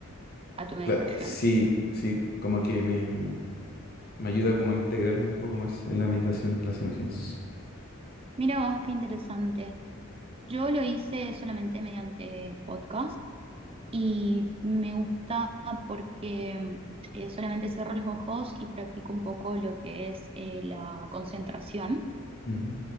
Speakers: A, on the right; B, on the left.
A: a tu meditación?
B: Claro, sí, sí, como que me... Me ayuda como a integrarme un poco más en la meditación, las imágenes.
A: Mira vos, qué interesante. Yo lo hice solamente mediante podcast y me gusta porque eh, solamente cierro los ojos y practico un poco lo que es eh, la concentración.
B: Ujú.